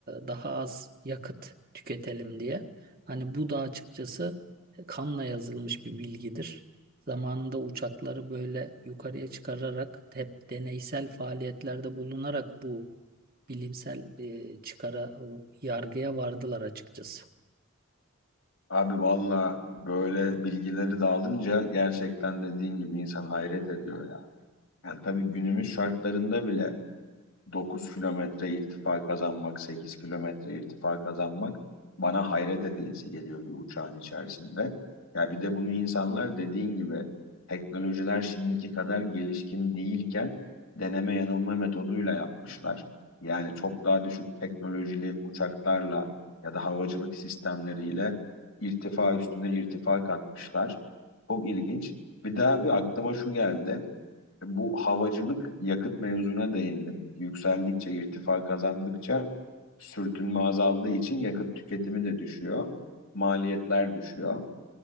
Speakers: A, on the right (about 40°); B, on the left (about 65°).
A: daha az yakıt tüketelim diye. Hani bu da açıkçası kanla yazılmış bir bilgidir. Zamanında uçakları böyle yukarıya çıkararak hep deneysel faaliyetlerde bulunarak bu bilimsel e, çıkara yargıya vardılar açıkçası.
B: Abi valla böyle bilgileri dağılınca gerçekten dediğin gibi insan hayret ediyor ya. Yani tabii günümüz şartlarında bile Dokuz kilometre irtifa kazanmak, 8 kilometre irtifa kazanmak bana hayret edilesi geliyor bir uçağın içerisinde. Ya bir de bunu insanlar dediğin gibi teknolojiler şimdiki kadar gelişkin değilken deneme yanılma metoduyla yapmışlar. Yani çok daha düşük teknolojili uçaklarla ya da havacılık sistemleriyle irtifa üstüne irtifa katmışlar. Çok ilginç. Bir daha bir aklıma şu geldi bu havacılık yakıt mevzuna değindin. Yükseldikçe, irtifa kazandıkça sürtünme azaldığı için yakıt tüketimi de düşüyor. Maliyetler düşüyor.